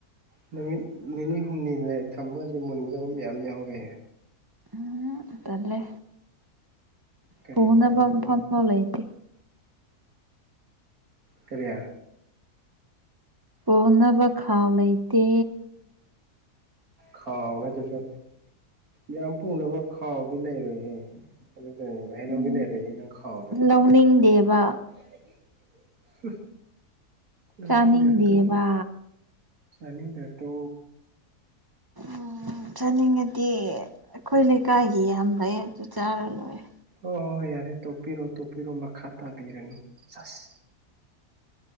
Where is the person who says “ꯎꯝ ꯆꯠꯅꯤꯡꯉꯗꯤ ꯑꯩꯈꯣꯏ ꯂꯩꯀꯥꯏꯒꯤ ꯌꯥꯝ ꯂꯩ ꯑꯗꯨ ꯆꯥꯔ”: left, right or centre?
Right